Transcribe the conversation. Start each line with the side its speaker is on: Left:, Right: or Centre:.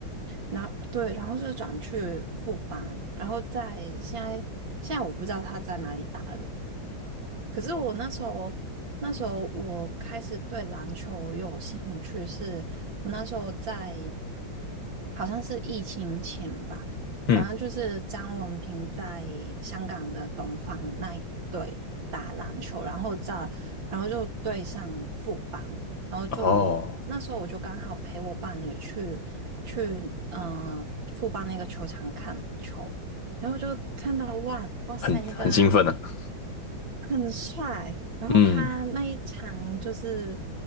Right: 然后对，然后就转去富邦，然后在现在现在我不知道他在哪里打了，可是我那时候，那时候我开始对篮球有兴趣是，我那时候在好像是疫情前吧，
Left: 嗯，
Right: 反正就是张文平在香港的东方那一队打篮球，然后在然后就对上富邦，然后就那时候我就刚好陪我伴侣去去呃富邦那个球场看球，
Left: 哦，
Right: 然后就看到哇哇塞那个
Left: 很很兴奋呢、啊
Right: 很帅。然后他那一场就是
Left: 嗯，